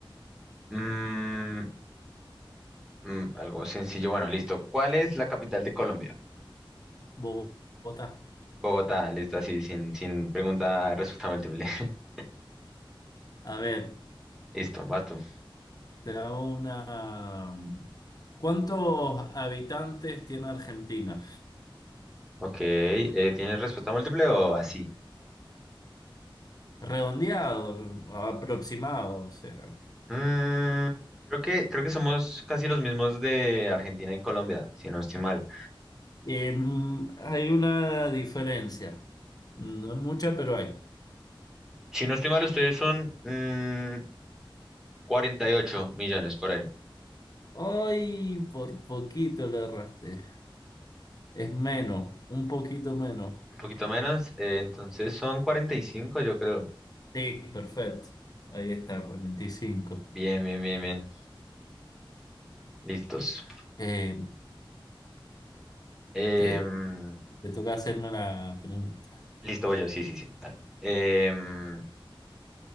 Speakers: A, in the centre; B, on the left (about 45°).
A: Mm, mm, algo sencillo, bueno, listo. ¿Cuál es la capital de Colombia?
B: Vos votá.
A: Bogotá, listo, así, sin, sin pregunta, respuesta múltiple. <laughs>
B: A ver,
A: Listo, vas tú.
B: te hago una... ¿Cuántos habitantes tiene Argentina?
A: Ok, eh, ¿tienes respuesta múltiple o así?
B: Redondeado, aproximado, o sea.
A: Mm, creo que, creo que somos casi los mismos de Argentina y Colombia, si no estoy mal.
B: Em, hay una diferencia. No es mucha, pero hay.
A: Si no estoy mal, ustedes son mm, 48 millones por ahí.
B: Ay, por poquito le erraste. Es menos, un poquito menos.
A: Un poquito menos. eh, entonces son 45 yo creo.
B: Sí, perfecto. Ahí está, 45.
A: Bien, bien, bien, bien. Listos.
B: Eh,
A: Em,
B: te, te toca hacerme la pregunta.
A: listo, voy yo. Sí, sí, sí. Dale. Em,